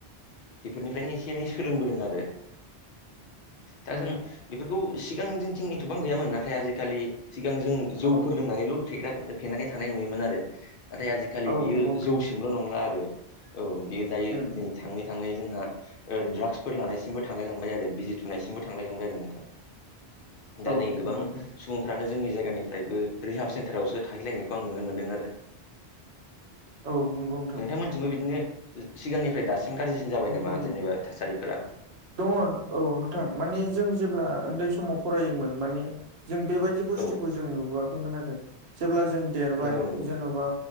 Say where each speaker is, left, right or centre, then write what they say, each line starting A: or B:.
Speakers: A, on the left; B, on the right.
A: बेफोरनिफ्रायनो एसे एनै सोलोंबोदों आरो दा
B: ओ
A: जों बेफोरखौ सिगांनिथिं एथ'बां गैयामोन नाथाय आजिखालि सिगां जों
B: औ
A: जौफोर लोंनानैल' फेग्रा फेनानै थानाय नुयोमोन आरो नाथाय आजिखालि
B: औ
A: बियो।
B: नंगौ नोंथां।
A: जोंल' नंला आरो औ बेयो दायो
B: उम
A: नै थाङै थाङै जोंहा। ओ द्रागसफोर लानायसिमबो थांलायलांबाय आरो बिजि थुनायसिमबो थांलाय लांबाय आरो नोंथां। दा
B: औ
A: नै गोबां
B: नंगौ नोंथां
A: सुबुं। फोरानो जोंनि जायगानिफ्रायबो रिहाब सेन्टारावसो थाहैलायनायखौ आं नुनो मोन्दों आरो।
B: औ नंगौ। नोंथां
A: नोंथांमोनथिंबो बिदिनो सिगांनिफ्राय दासिम गाज्रिसिन जाबाय नामा
B: दङ।
A: जेनेबा थासारिफोरा।
B: दङ औ नोंथां माने जों जेब्ला उन्दै समाव फरायोमोन माने। जों बेबायदि बुस्थुखौ
A: औ
B: जों नुबोआखैमोन आरो जेब्ला जों देरबाय
A: नंगौ नंगौ
B: जेन'बा।